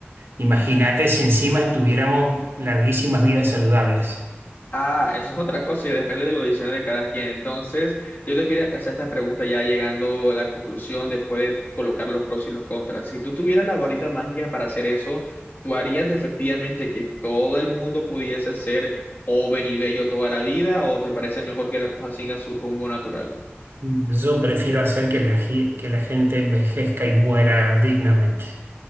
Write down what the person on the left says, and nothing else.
Ah, eso es otra cosa y depende de los diseños de cada quien. Entonces, yo te quería hacer esta pregunta ya llegando a la conclusión después de colocar los pros y los contras. Si tú tuvieras la varita mágica para hacer eso, ¿tú harías efectivamente que todo el mundo pudiese ser joven y bello toda la vida o te parece mejor que las cosas sigan su rumbo natural?